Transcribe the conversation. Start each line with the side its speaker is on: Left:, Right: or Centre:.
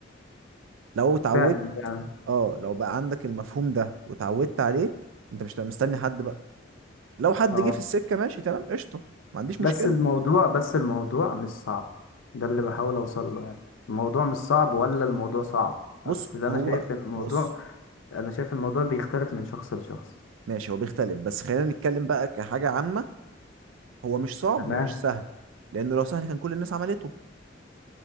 Right: لو اتعودت
Left: فعلا فعلا
Right: اه لو بقى عندك المفهوم ده واتعودت عليه انت مش هتبقى مستني حد بقى لو حد
Left: اه
Right: جه في السكة ماشي تمام قشطة ما عنديش
Left: بس
Right: مشكلة
Left: الموضوع بس الموضوع مش صعب ده اللي بحاول اوصل له يعني الموضوع مش صعب ولا الموضوع صعب
Right: بص
Left: اصل ده انا
Right: هو
Left: شايف إن الموضوع
Right: بص
Left: انا شايف الموضوع بيختلف من شخص لشخص
Right: ماشي هو بيختلف بس خلينا نتكلم بقى كحاجة عامة هو مش صعب
Left: تمام
Right: ومش سهل لانه لو سهل كان كل الناس عملته